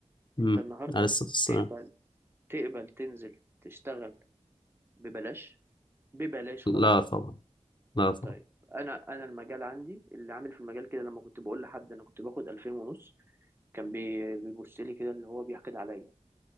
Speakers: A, on the left; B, on the right.
A: امم
B: انت النهارده
A: عليه الصلاة والسلام
B: تقبل تقبل تنزل تشتغل ببلاش ببلاش
A: لا
B: خالص
A: طبعا لا طبعا
B: طيب انا انا المجال عندي اللي عامل في المجال كده لما كنت بقول لحد انا كنت باخد 2000 ونص كان بي- بيبص لي كده اللي هو بيحقد عليا